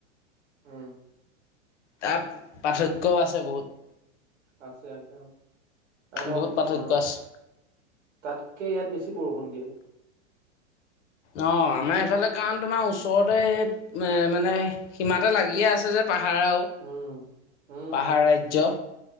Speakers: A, on the right; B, on the left.
A: উম।
B: তাৰ পাৰ্থক্যও আছে বহুত।
A: আছে আছে অ এদ
B: বহুত পাৰ্থক্য
A: আ।
B: আছে
A: তাতকে ইয়াত বেছি বৰষুণ দিয়ে।
B: অঁ আমাৰ এইফালে কাৰণ তোমাৰ ওচৰতে মানে সীমাতে লাগিয়ে আছে যে। পাহাৰাও
A: উম, উম,
B: পাহাৰ
A: উম
B: ৰাজ্য।